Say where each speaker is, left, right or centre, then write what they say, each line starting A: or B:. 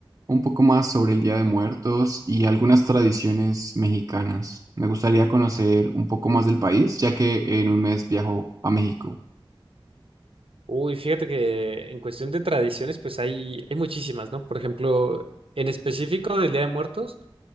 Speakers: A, on the right; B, on the right.
A: un poco más sobre el Día de Muertos y algunas tradiciones mexicanas. Me gustaría conocer un poco más del país, ya que en un mes viajo a México.
B: Uy, fíjate que en cuestión de tradiciones, pues hay, hay muchísimas, ¿no? Por ejemplo, en específico del Día de Muertos,